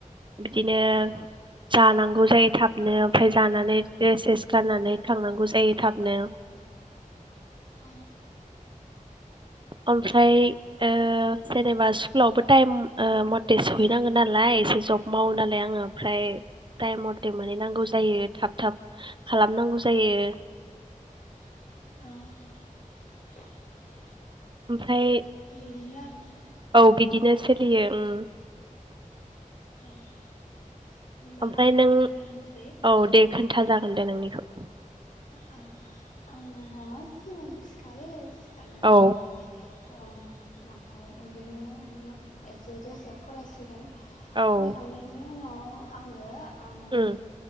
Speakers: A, on the right; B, on the left.
A: बिदिनो जानांगौ जायो थाब थाबनो ओमफ्राय जानानै द्रेसेस गाननानै थांनांगौ जायो थाबनो।
B: अ
A: ओमफ्राय ओ जेनेबा स्कुलावबो टाइम ओ मथे सहैनाङो नालाय एसे जब मावो नालाय आङो ओमफ्राय टाइम मथे मोनहैनांगौ जायो। थाब थाब खालामनांगौ जायो।
B: औ
A: ओमफ्राय
B: बिदिनो आरो
A: औ बिदिनो सोलियो उम,
B: ओं होनबा
A: ओमफ्राय
B: आं
A: नों
B: आंनिखो होनसै
A: औ दे खोन्था जागोन दे नोंनिखौ।
B: मोजां आंहा फुङावनो सिखारो सिखारनानै
A: औ
B: ओम ओमफ्राय बिदिनो एसे दसे फरायसिगोन।
A: औ
B: फरायखांनायनि उनाव आङो ओ माने
A: उम